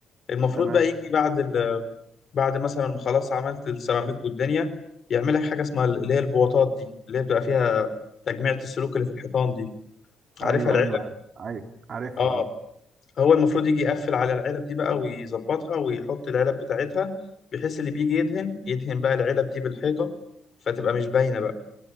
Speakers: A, on the left (about 55°); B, on the right (about 50°).
A: المفروض
B: تمام
A: بقى يجي بعد ال بعد مثلا ما خلاص عملت السيراميك والدنيا يعمل لك حاجه اسمها اللي هي البواطات دي اللي هي بتبقى فيها تجميعة السلوك اللي في الحيطان دي عارفها
B: ايوه
A: العلب
B: ايوه عارف- ايوه عارفها
A: اه
B: اه
A: هو المفروض يجي يقفل على العلب دي بقى ويظبطها ويحط العلب بتاعتها بحيث اللي بيجي يدهن يدهن بقى العلب دي بالحيطه فتبقى مش باينه بقى